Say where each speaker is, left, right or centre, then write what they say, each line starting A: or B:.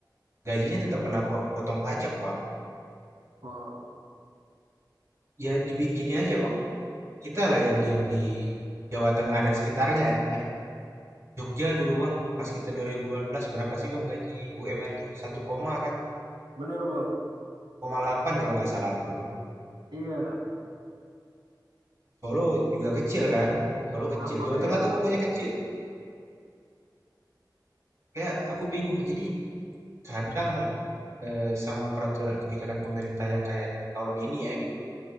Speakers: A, on the right; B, on the right.
A: gajinya tetap kena po- potong pajak, Bang.
B: oh,
A: Ya di gini aja, Bang. Kita lah yang diam di Jawa Tengah dan sekitarnya ya. Jogja dulu, Bang. Pas kita 2018 berapa sih, Bang, gaji UMR-nya? 1 koma kan?
B: bener bang.
A: delapan kalau nggak salah aku bang.
B: Iya,
A: Solo juga kecil kan, Solo kecil.
B: sama
A: Jawa
B: <laughs>
A: Tengah
B: ya
A: tuh
B: bang.
A: pokoknya kecil. Kayak aku bingung. Jadi kadang eh, sama peraturan kebijakan pemerintah yang kayak tahun ini ya gitu,